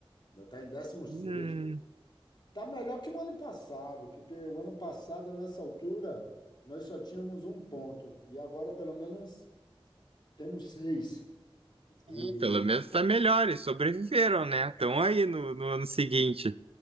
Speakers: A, on the left (about 50°); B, on the right (about 80°).
A: está em décimo
B: Hum,
A: sexto Tá melhor que o ano passado, porque o ano passado, nessa altura, nós só tínhamos um ponto. E agora, pelo menos, temos seis. E
B: Hum, Pelo menos tá melhor, e sobreviveram, né? Estão aí no, no ano seguinte.